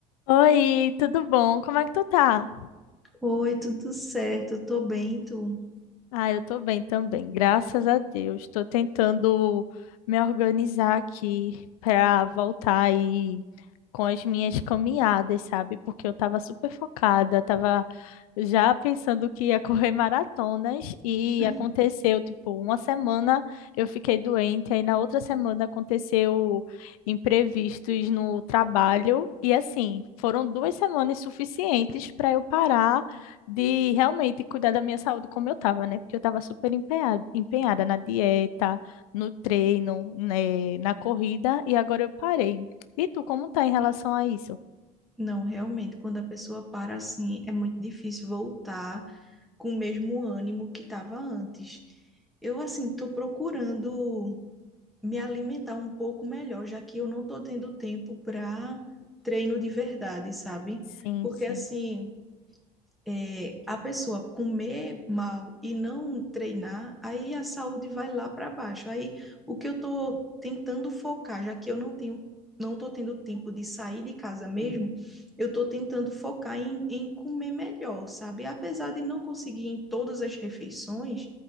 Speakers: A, on the left; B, in the centre.
A: Oi, tudo bom? Como é que tu tá?
B: Oi, tudo certo? Eu Tô bem, tu? <laughs>
A: Ah, eu tô bem também, graças a Deus. Tô tentando me organizar aqui pra voltar aí com as minhas caminhadas, sabe? Porque eu tava super focada, tava já pensando que ia correr maratonas e
B: Uhum.
A: aconteceu, tipo, uma semana eu fiquei doente, aí na outra semana aconteceu imprevistos no trabalho e assim, foram duas semanas suficientes para eu parar de realmente cuidar da minha saúde como eu estava, né? Porque eu estava super empenhada, empenhada na dieta, no treino, né, na corrida, e agora eu parei. E tu, como tá em relação a isso?
B: Não, realmente, quando a pessoa para assim, é muito difícil voltar com o mesmo ânimo que estava antes. Eu, assim, tô procurando. me alimentar um pouco melhor, já que eu não estou tendo tempo para treino de verdade, sabe?
A: Sim,
B: Porque
A: sim.
B: assim é, a pessoa comer mal e não treinar, aí a saúde vai lá para baixo. Aí o que eu estou tentando focar, já que eu não tenho, não estou tendo tempo de sair de casa mesmo, eu estou tentando focar em, em comer melhor, sabe? Apesar de não conseguir em todas as refeições,